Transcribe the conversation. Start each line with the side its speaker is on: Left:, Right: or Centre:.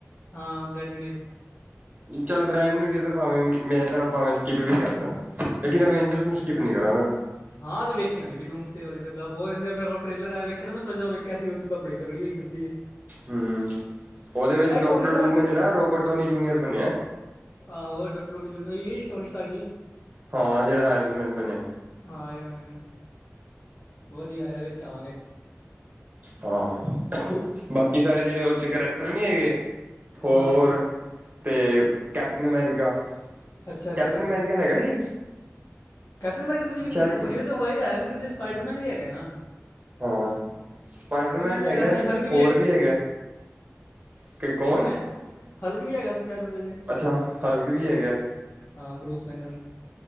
Left: ਹਾਂ ਬ੍ਰੈਂਡ ਡੇ
Right: ਚੱਲ ਬ੍ਰੈਂਡ ਨੀਡੀ ਭਾਵੇਂ ਮੈਂ ਤਾਂ ਭਾਵੇਂ ਸਕਿੱਪ ਵੀ ਕਰਦਾ ਲੇਕਿਨ ਇੰਜਰਸ ਨੂੰ ਸਕਿਪ ਨੀ ਕਰਾਂਗਾ
Left: ਹਾਂ ਤੇ ਵੇਖਿਆ ਨੇ ਵੀ ਡੂਮਟ ਵਾਲੇ ਤੇ ਬਤਿੰਦੇ ਮੇ ਕੋਲ ਟਰੇਲਰ ਆਆੇਖਿਆ ਨਾ ਮੈਂਥੋੜਾ ਜਹਾ ਵੇਖਿਆ ਉਹਦੀ ਬੜ ਤਕੜੀ ਹੋਈ ਫਿਰਦੀ ਹੈ
Right: ਹਮ ਉਹਦੇ ਵਿੱਚ
Left: ਆਈ
Right: ਡਾਕਟਰ
Left: ਟੋਨੀ ਸਟਾਰ
Right: ਡੂਮੈਂ
Left: ਕੀ
Right: ਜਿਹੜਾ ਰੋਬਰਟ ਡੋਨੀ ਜੂਨੀਅਰ ਬਣਿਆ
Left: ਆਹੋ ਡਾਕਟਰੋ ਟੋਨੀ ਸਟਾਰ ਗਈ
Right: ਹਾਂ ਜਿਹੜਾ ਆਇਰਨਮੈਨ ਬਣਿਆ ਸੀ
Left: ਹਾਂ ਯਰਮਨੀ ਵਧੀਆ ਆਇਆ ਵੇਖ ਆਵਾਂਗੇ
Right: ਹਾਂ ਬਾਕੀ ਸਾਰੇ ਜਿਹੜੇ ਉਹ ਚ ਕਰੈਕਟਰ ਨਹੀਂੀ ਹੈਗੇ ਹੋਰ
Left: ਹਾਂ ਹਾਂ
Right: ਤੇ ਕੈਪਟਨ ਅਮੈਰੀਕਾ
Left: ਅੱਛਾ ਅੱਛਾ
Right: ਕੈਪਟਨ ਅਮੈਰੀਕਾ ਹੈਗਾ ਸੀ
Left: ਕੈਪਨ ਮਰੀ ਉਹਦੇ ਚ
Right: ਸ਼ਾਇਦ
Left: ਵੀਖ ਹੋ ਨਹੀਂ ਵਸ ਹੋਗਾ ਕਿਉਂਕਿ ਦੇ ਸਪਾਈਡਰਮੈ ਵੀ ਹੈਗਾ ਨਾ
Right: ਹਾਂ ਸਪਾਈਡਰਮੈਨ
Left: ਵੀ
Right: ਹੈਗਾ
Left: ਸੀ ਹਲਕ
Right: ਹੋਰ ਵੀ ਹੈਗਾ ਕਿ ਕੌਣ
Left: ਹੈਣ ਹਲਕ ਵੀ ਹੈਗਾ ਸੀ ਸ਼ਦਓਦੇਲ
Right: ਅੱਛਾ ਹਲਕ ਵੀ ਹੈਗਾ
Left: ਹਾਂ ਬਰੂਸ ਮਹਿੰਦਰ